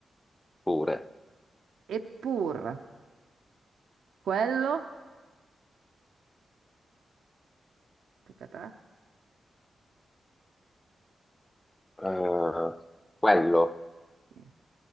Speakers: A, on the left; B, on the right.
A: pure.
B: eppur quello, tocca a te,
A: Eh, quello,
B: Sì.